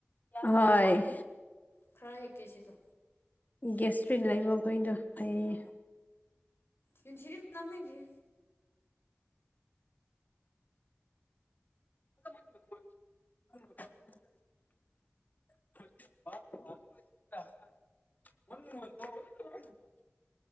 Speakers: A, on the left; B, on the left.
A: ꯍꯣꯏ
B: ꯈ꯭ꯔꯔ ꯍꯦꯛ ꯀꯦꯁꯤꯗ
A: ꯒꯦꯁꯇ꯭ꯔꯤꯛ ꯂꯩꯕ ꯃꯈꯣꯏꯗꯣ ꯍꯩ
B: ꯌꯔꯤ ꯅꯝꯃꯤꯃꯦꯒꯤ
A: <inaudible> <unintelligible>